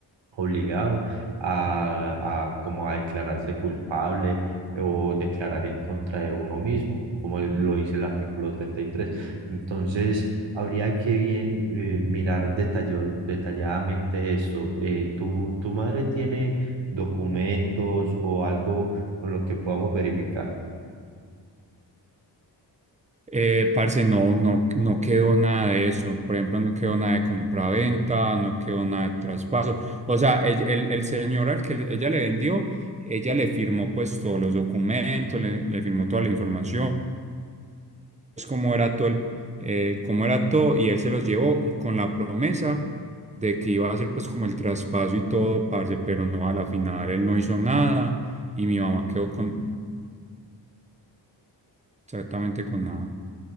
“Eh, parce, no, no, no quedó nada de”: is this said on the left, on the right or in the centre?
Right